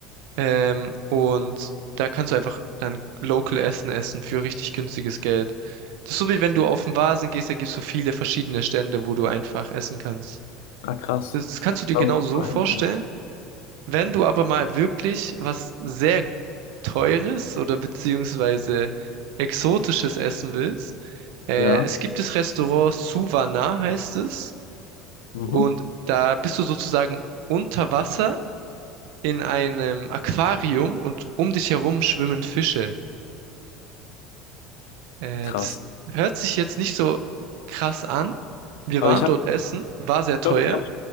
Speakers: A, on the right; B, on the left.
A: Ähm, und da kannst du einfach dann local Essen essen für richtig günstiges Geld. Das ist so wie wenn du auf den Vasen gehst, da gibt es so viele verschiedene Stände, wo du einfach essen kannst.
B: Ah, krass.
A: Das kannst du dir
B: Da
A: genau
B: muss
A: so
B: ich mal
A: vorstellen.
B: hin, Ja.
A: Wenn du aber mal wirklich was sehr Teures oder beziehungsweise Exotisches essen willst, äh,
B: Ja.
A: es gibt das Restaurant Suvana, heißt es.
B: Mhm.
A: Und da bist du sozusagen unter Wasser in einem Aquarium und um dich herum schwimmen Fische. Äh,
B: Krass.
A: das hört sich jetzt nicht so krass an. Wir
B: Aber
A: waren
B: ich habe,
A: dort essen, war
B: ich
A: sehr teuer.
B: glaube, ich habe,